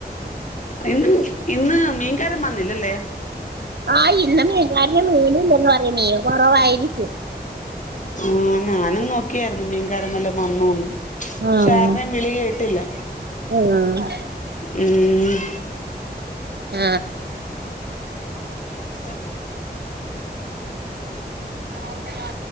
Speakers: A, on the left (about 45°); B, on the right (about 70°).
A: ഇന്ന് ഇന്ന് മീൻകാരം വന്നില്ലല്ലേ
B: ആഹ് ഇന്ന് മീൻകാരൻ മീനില്ലെന്ന് പറഞ്ഞ് മീൻ കുറവായിരിക്കും
A: ആ ഞാനും നോക്കിയായിരുന്നു മീൻകാരം വല്ലോം വന്നൂന്ന് പക്ഷെ
B: ആഹ്
A: ആരുടെയും വിളി കേട്ടില്ല
B: ആഹ്
A: ഉം
B: ആ
A: ആ
B: ഓക്കെ ടാ